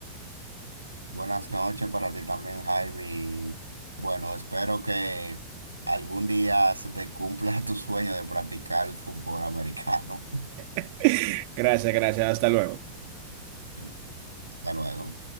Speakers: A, on the right; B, on the right.
A: Buenas noches para ti también, Javi. Bueno, espero que algún día se te cumpla <laughs> tu sueño de practicar fútbol americano.
B: <laughs> Gracias, gracias. Hasta luego.
A: <laughs> Hasta luego.